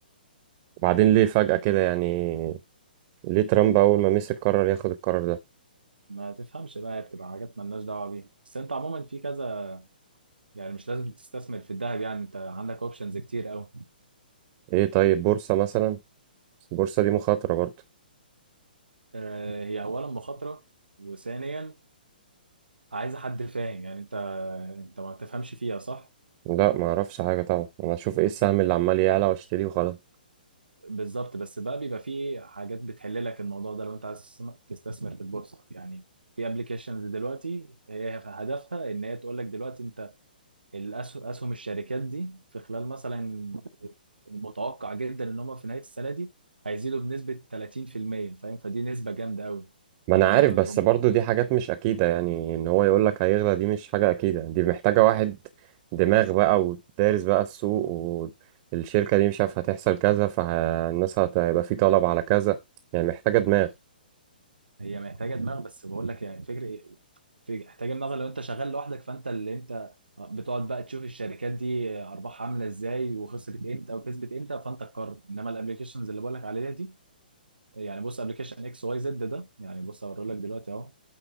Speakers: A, on the right; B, on the right.
A: وبعدين ليه فجأة كده يعني ليه ترامب اول ما مسك قرر ياخد القرار ده
B: ما تفهمش بقى هي بتبقى حاجات مالناش دعوه بيها بس انت عموما في كذا يعني مش لازم تستثمر في الذهب يعني انت عندك اوبشنز كتير قوي
A: ايه طيب بورصه مثلا بس البورصه دي مخاطره برضه
B: آه، هي اولا مخاطره وثانيا عايزه حد فاهم يعني انت انت ما تفهمش فيها صح
A: لا ما اعرفش حاجه طبعا انا اشوف ايه السهم اللي عمال يعلى واشتريه وخلاص
B: بالظبط بس بقى بيبقى في حاجات بتحل لك الموضوع ده لو انت عايز تستثم- تستثمر في البورصه يعني في ابلكيشنز دلوقتي هي هدفها ان هي تقول لك دلوقتي انت الاسهم الشركات دي في خلال مثلا المتوقع جدا ان هم في نهايه السنه دي هيزيدوا بنسبه 30% فاهم فدي نسبه جامده قوي
A: ما
B: فانت
A: انا عارف
B: ما
A: بس
B: طب
A: برضو دي حاجات مش اكيدة يعني ان هو يقولك هيغلى دي مش حاجة اكيدة دي محتاجة واحد دماغ بقى ودارس بقى السوق والشركة دي مش عارف هتحصل كذا فالناس هت- هيبقى في طلب على كذا يعني محتاجة دماغ
B: هي محتاجه دماغ بس بقول لك يعني فكره فكرة- محتاجه دماغ لو انت شغال لوحدك فانت اللي انت بتقعد بقى تشوف الشركات دي ارباحها عامله ازاي وخسرت امتى وكسبت امتى فانت تقرر انما الابلكيشنز اللي بقول لك عليها دي يعني بص ابلكيشن اكس واي زد ده يعني بص هوريه لك دلوقتي اهو